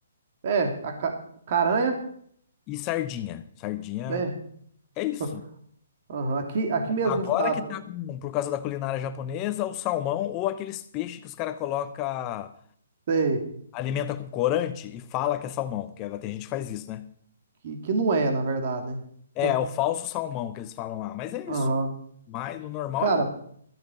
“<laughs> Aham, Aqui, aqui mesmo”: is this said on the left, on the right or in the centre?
Right